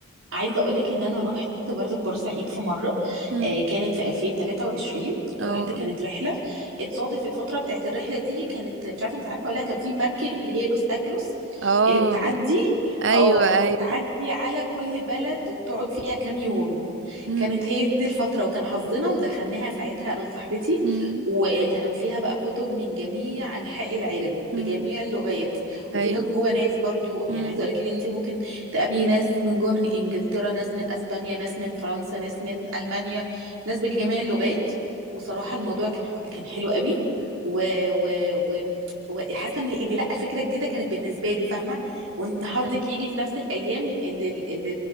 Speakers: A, on the right; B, on the right.
A: عايزه اقول لك ان انا رحت برضه بورسعيد في مره
B: مم.
A: آه، كانت في 2023
B: اه
A: رحت كانت رحله اتصادف الفتره بتاعت الرحله دي كانت مش عارفه انت عارفه ولا لا كان في مركب اللي هي لوس انجلوس
B: اه
A: اللي بتعدي
B: ايوه
A: او اللي بتعدي
B: ايوه
A: على كل بلد وبتقعد فيها كام يوم
B: مم.
A: كانت هي دي الفتره وكان حظنا ودخلناها ساعتها انا وصاحبتي
B: مم.
A: وكان فيها بقى كتب من جميع انحاء العالم بجميع
B: مم.
A: اللغات وفيها
B: ايوه
A: جوه ناس برضو
B: مم.
A: يعني عايزه اقول لك ان انت ممكن تقابلي ناس من جوه من انجلترا ناس من اسبانيا ناس من فرنسا ناس من المانيا ناس بجميع اللغات وصراحه الموضوع كان ح- كان حلو قوي و و و وحاسه ان ان لا فكره جديده كانت بالنسبه لي فاهمه وان حظك
B: ايوه
A: يجي في نفس الايام اللي ال- اللي